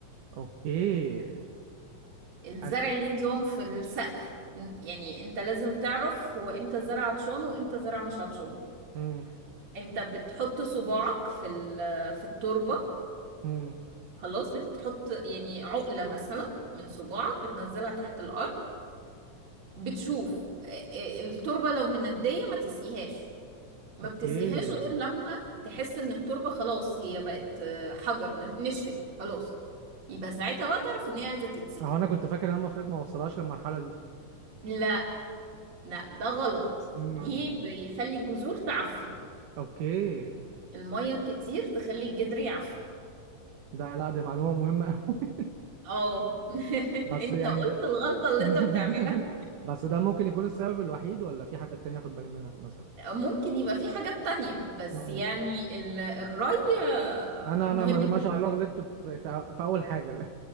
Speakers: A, on the right; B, on the right.
A: أوكي
B: الزرع
A: أد...
B: ليه نظام في السقي ن- يعني انت لازم تعرف هو امتى زرع هتشونه وامتى زرع مش هتشونه
A: مم.
B: انت بتحط صباعك في ال- في التربة
A: مم.
B: خلاص بتحط يعني عقلة مثلا من صباعك بتنزلها تحت الأرض بتشوف اه، اه، التربة لو مندية ما تسقيهاش ما
A: أوكي
B: بتسقيهاش غير لما تحس ان التربة خلاص هي بقت اه، حجر نش- نشفت خلاص يبقى ساعتها بقى تعرف ان هي عايزة تتسقي
A: أهو أنا كنت فاكر إن أنا المفروض ما أوصلهاش للمرحلة دي
B: لا لا ده غلط
A: مم.
B: دي بيخلي الجذور تعفن
A: أوكي
B: المية كتير تخلي الجدر يعفن
A: ده لا دي معلومة مهمة أوي
B: اه <laughs>
A: <laughs> بس
B: انت
A: يعني
B: قلت
A: ده
B: الغلطة اللي
A: <laughs>
B: انت بتعملها
A: بس ده ممكن يكون السبب الوحيد ولا في حاجات تانية اخد بالي منها مثلا
B: ممكن يبقى في حاجات تانية بس
A: مم.
B: يعني ال- الري آه،
A: انا
B: مهم
A: انا ما
B: جدا
A: ما شاء الله غلطت في في, في اول حاجة لا.